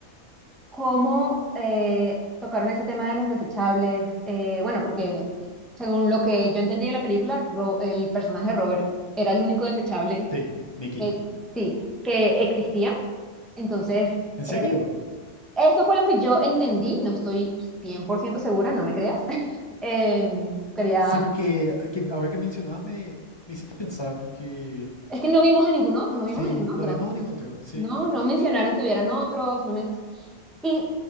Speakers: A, in the centre; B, on the left.
A: cómo eh, tocaron ese tema de los desechables. Eh, bueno, porque según lo que yo entendí de la película, Ro- el personaje de Robert era el único desechable
B: Sí, Mickey.
A: que, sí, que existía. Entonces,
B: ¿En
A: era-
B: serio?
A: eso fue lo que yo entendí. No estoy 100% segura, no me creas. <laughs> Em, quería...
B: Sí, porque a- que- ahora que mencionabas me, me hiciste pensar porque
A: Es que no vimos a ninguno, no
B: sí,
A: vimos a ningún
B: no
A: otro.
B: vimos a ningún otro, sí.
A: No, no mencionaron que hubieran otros, no men- Y